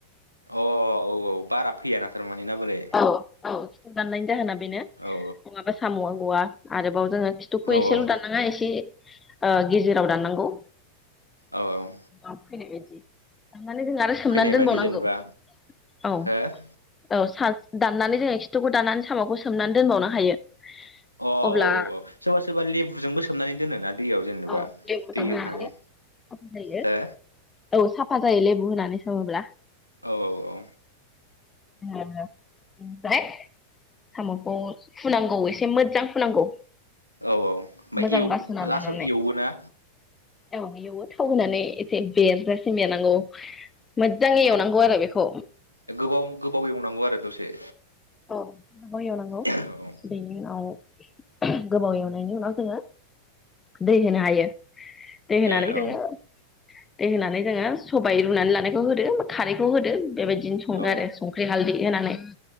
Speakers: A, on the left; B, on the left.
A: अ' औ औ बारा फैयाना थारमाने ना बोरै
B: औ औ खिथु दाननायनि जाहोना बेनो
A: औ
B: नङाबा साम'आ गवा आरोबाव जोङो खि थुखौ
A: औ
B: एसेल'
A: औ
B: दाननाङा एसे ओ गेजेराव दाननांगौ।
A: औ औ
B: औ औ फैनाय बायदि दाननानै जोङो आरो सोमनानै
A: फैनाय बादि
B: दोनबावनांगौ
A: जेनेबा
B: अ औ
A: हो अ
B: औ सार दाननानै जोङो खिथुखौ दाननानै साम'खौ सोमनानै दोनबावनो हायो।
A: अ औ
B: अब्ला
A: औ औ ओ सोरबा सोरबा लेबुजोंबो सोमनानै दोनोना दैयाव जेनेबा
B: औ लेबुजों
A: दै होनानै
B: साफा जायो
A: हो
B: औ साफा जायो लेबु होनानै सोङोब्ला
A: औ औ औ
B: <inaudible> साम'खौ फुनांगौ एसे मोजां फुनांगौ।
A: औ औ ओमफ्राय
B: मोजां बासना
A: लास्टआव
B: लानानै
A: एवोना?
B: औ एवबो थाव होनानै एसे बेरजासे मेनांगौ। मोजाङै
A: ए
B: एवनांगौ आरो बेखौ।
A: गोबाव गोबाव एवनांगौ आरो दसे।
B: औ गोबाव एवनांगौ
A: औ
B: बेनो उनाव गोबाव एवनायनि उनाव जोङो दै होनो हायो। दै होनानै
A: ए
B: जोङो
A: औ
B: दै होनानै जोङो सबाय रुनानै लानायखौ होदो खारखौ होदो बेबायदिनो सङो
A: औ
B: आरो संख्रि हालदै होनानै